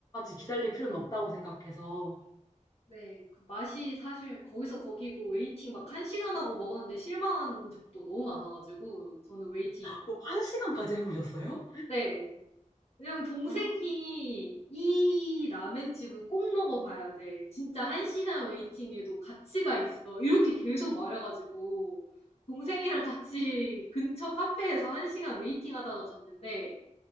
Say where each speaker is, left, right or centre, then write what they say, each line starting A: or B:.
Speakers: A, on the left; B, on the left.
A: 기다릴 필요는 없다고 생각해서
B: 네. 그 맛이 사실 거기서 거기고 웨이팅 막 한 시간 하고 먹었는데 실망한 적도 너무 많아가지고 저는 웨이팅.
A: 뭐, 한 시간까지 해보셨어요?
B: 네. 왜냐면 동생이
A: 아,
B: 이 라멘집은 꼭 먹어봐야 돼. 진짜 한 시간 웨이팅에도 가치가 있어. 이렇게 계속 말해가지고 동생이랑 같이 <laughs> 근처 카페에서 한 시간 웨이팅 하다가 갔는데